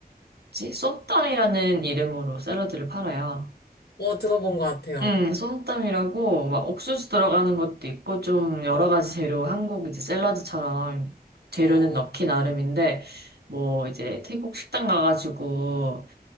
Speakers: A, on the right; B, on the left.
A: 뭐지? 쏨땀이라는 이름으로 샐러드를 팔아요.
B: 어, 들어본 것 같아요.
A: 음, 쏨땀이라고 막 옥수수 들어가는 것도 있고 좀 여러 가지 재료 한국 이제 샐러드처럼 재료는
B: 어,
A: 넣기 나름인데 뭐 이제 태국 식당 가가지고